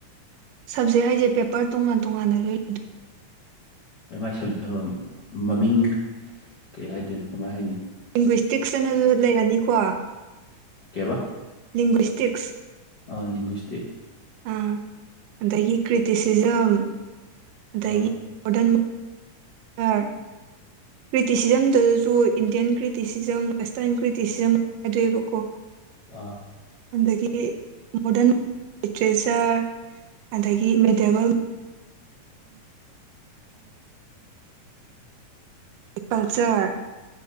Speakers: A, on the right; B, on the left.
A: ꯁꯞꯖꯦꯛ ꯍꯥꯏꯁꯦ ꯄꯦꯄꯔ ꯇꯣꯉꯥꯟ ꯇꯣꯉꯥꯟꯅ ꯂꯣꯏ
B: ꯃꯥꯏ ꯁꯞꯖꯦꯛ ꯃꯃꯤꯡ ꯀꯩ ꯍꯥꯏꯗꯣꯏꯅꯣ ꯀꯃꯥꯏ ꯍꯥꯏꯅꯤ
A: ꯂꯤꯡꯒ꯭ꯋꯁꯇꯤꯛꯁ ꯑꯅꯁꯨ ꯂꯩꯔꯅꯤꯀꯣ
B: ꯀꯦꯕ
A: ꯂꯤꯡꯒ꯭ꯋꯁꯇꯤꯛꯁ
B: ꯑ ꯂꯤꯡꯒ꯭ꯋꯤꯁꯇꯤꯛ
A: ꯑꯥ ꯑꯗꯒꯤ ꯀ꯭ꯔꯤꯇꯤꯁꯤꯖꯝ ꯑꯗꯒꯤ
B: ꯑꯥ
A: ꯃꯣꯗꯔꯟ ꯑꯥ ꯀ꯭ꯔꯤꯇꯤꯁꯤꯖꯝꯗꯨꯁꯨ ꯏꯟꯗꯤꯌꯥꯟ ꯀ꯭ꯔꯤꯇꯤꯁꯤꯖꯝ ꯋꯦꯁꯇꯔꯟ ꯀ꯭ꯔꯤꯇꯤꯁꯤꯖꯝ ꯈꯥꯏꯗꯣꯛꯑꯦꯕꯀꯣ
B: ꯑ
A: ꯑꯗꯒꯤ ꯃꯣꯗꯔꯟ ꯂꯤꯇ꯭ꯔꯦꯆꯔ ꯑꯗꯒꯤ ꯃꯦꯇꯦꯕꯜ ꯀꯜꯆꯔ